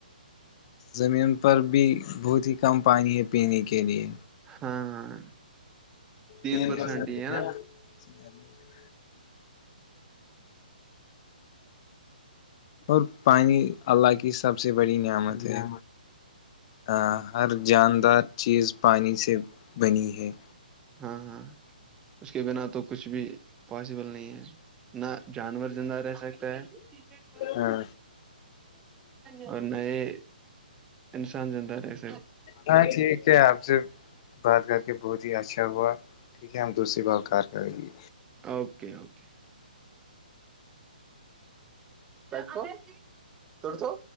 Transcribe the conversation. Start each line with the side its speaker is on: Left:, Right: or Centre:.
Left: زمین پر بھی بہت ہی کم پانی ہے پینے کے لیئے
Right: ہاں ہاں
Left: تین
Right: پرسینٹ
Left: پرسٹ
Right: ہی ہے
Left: کیا
Right: نا
Left: جد اور پانی اللہ کی سب سے بڑی نعمت ہے ا ہر جاندار چیز پانی سے بنی ہے
Right: ہاں ہاں اس کے بنا تو کچھ بھی پاسبل نہیں ہے نہ جانور زندہ رہ سکتا ہے
Left: ہاں
Right: اور نئے انسان ج <inaudible>
Left: ہاں ٹھیک ہے آپ سے بات کر کے بہت ہی اچھا <inaudible> دوسری بار کار کریں گے
Right: اوکے اوکے کو توڑ توو